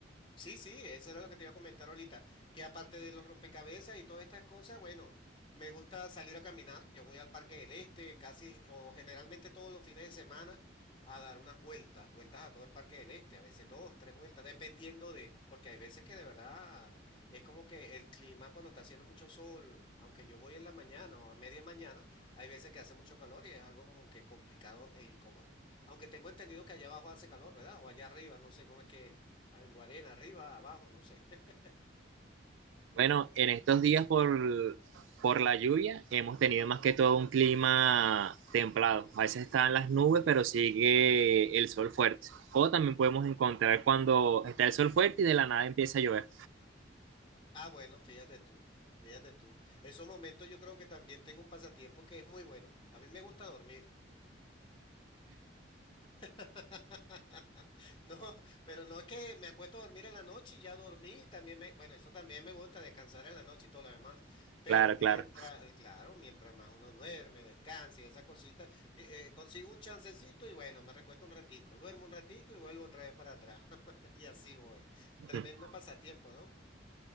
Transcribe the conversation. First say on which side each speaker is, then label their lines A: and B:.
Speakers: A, on the left; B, on the right.
A: Sí, sí, eso era lo que te iba a comentar ahorita, que aparte de los rompecabezas y todas estas cosas, bueno, me gusta salir a caminar, yo voy al Parque del Este casi o generalmente todos los fines de semana a dar unas vueltas, vueltas a todo el Parque del Este, a veces dos, tres vueltas, dependiendo de, porque hay veces que de verdad es como que el clima cuando está haciendo mucho sol, aunque yo voy en la mañana o a media mañana, hay veces que hace mucho calor y es algo como que complicado e incómodo. Aunque tengo entendido que allá abajo hace calor, ¿verdad? O allá arriba, no sé cómo es que... es. Ah, en Guarena, arriba, abajo, no sé. <laughs>
B: Bueno, en estos días por, por la lluvia hemos tenido más que todo un clima templado. A veces están las nubes, pero sigue el sol fuerte. O también podemos encontrar cuando está el sol fuerte y de la nada empieza a llover.
A: Ah, bueno, fíjate tú, fíjate tú. Esos momentos yo creo que también tengo un pasatiempo que es muy bueno. A mí me gusta dormir. <laughs> No, pero no es que me acuesto a dormir en la noche y ya dormí, también me, bueno, eso también me gusta descansar en la noche y todo lo demás, pero
B: Claro,
A: mientras,
B: claro.
A: claro, mientras más uno duerme, descansa y esas cositas, mi- eh, consigo un chancecito y bueno, me recuesto un ratico, duermo un ratico y vuelvo otra vez para atrás <laughs> y así voy.
B: <laughs>
A: Tremendo pasatiempo, ¿no?